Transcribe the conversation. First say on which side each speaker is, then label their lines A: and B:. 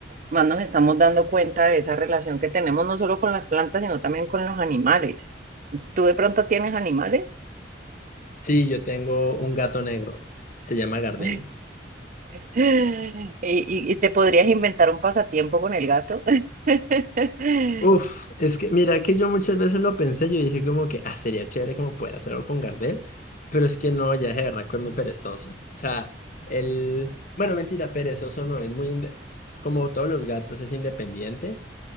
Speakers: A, on the right; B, on the left.
A: más nos estamos dando cuenta de esa relación que tenemos no solo con las plantas, sino también con los animales. ¿Tú de pronto tienes animales?
B: Sí, yo tengo un gato negro, se llama Gardel.
A: <laughs> ¿Y, y- y te podrías inventar un pasatiempo con el gato? <laughs>
B: Uf, es que mira que yo muchas veces lo pensé, yo dije como que, ah, sería chévere como poder hacerlo con Gardel, pero es que no, ya es de verdad que es muy perezoso. O sea, el, bueno, mentira, perezoso no, es muy, inde- como todos los gatos, es independiente.